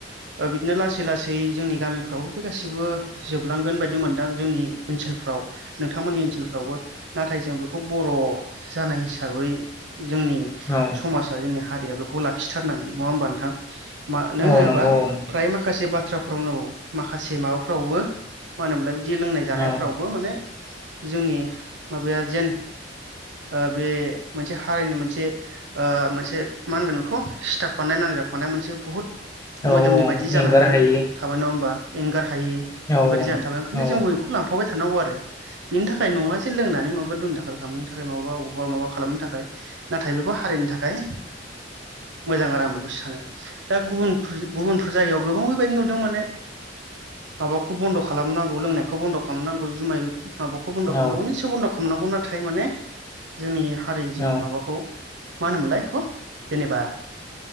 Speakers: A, on the right; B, on the left.
A: बिदिनो लासै लासै फै जोंनि गामिफ्रावबो बे गासिबो जोबलांगोन बायदि मोनदो आं जोंनि ओनसोल फोराव नोंथांमोननि ओनसोलफ्रावबो नाथाय जों बेखौ बर' जानाय हिसाबै जोंनि
B: औ
A: समाज जोंनि हारिया बेखौ लाखिथारनांगोन नङा होमबा नोंथां? मानो होनोबा
B: औ नंगौ औ
A: फ्राय माखासे बाथ्राफोराव माखासे माबाफ्रावबो मा होनोमोनलाय बिदि लोंनाय जानायफ्रावबो
B: औ
A: माने जोंनि माबाया जेन आ बे मोनसे हारिनि मोनसे ओ मोनसे मा होनगोन बेखौ सिथाबफानाय नांजाबफानाय मोनसे बुहुत
B: औ
A: मोदोमनि
B: औ
A: बायदि जानानै
B: एंगार हायि
A: थाबाय नङा होमबा एंगार हायि
B: औ
A: बेबायदि जानानै थाबाय ओंखायनो
B: औ
A: जोंबो लांफाबाय थानांगौ आरो बिनि थाखाय नङा जे लोंनानै माबा बे दुम दाखोल खालामनो थाखाय माबा मबावबा माबा खालामनो थाखाय नाथाय बेखौ हारिनि थाखाय मोजां आरो आं बेखौ सानो दा गुबुन गुबुनफोर जायगायाव गोबां बेबायदि नुदों माने माबाखौ बन्द' खालामनांगौ लोंनायखौ बन्द' खालामनांगौ जुमाय माबाखौ गुबन्द'
B: औ
A: खालामनांगौ सुबन्द' खालामनौ नाथाय माने जोंनि हारिजों
B: औ
A: माबाखौ मा होनोमोनलाय एखौ जेनेबा